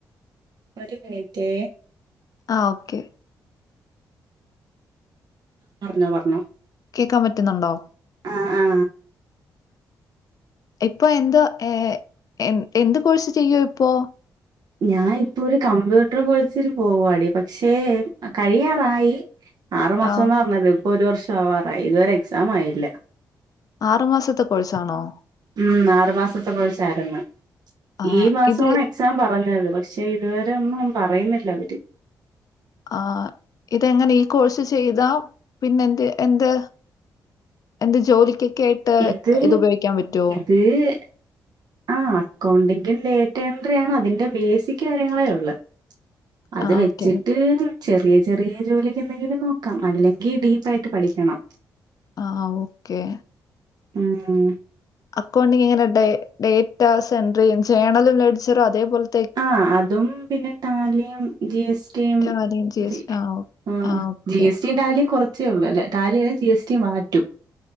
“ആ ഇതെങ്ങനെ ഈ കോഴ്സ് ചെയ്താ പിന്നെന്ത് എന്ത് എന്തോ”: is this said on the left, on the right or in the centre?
Left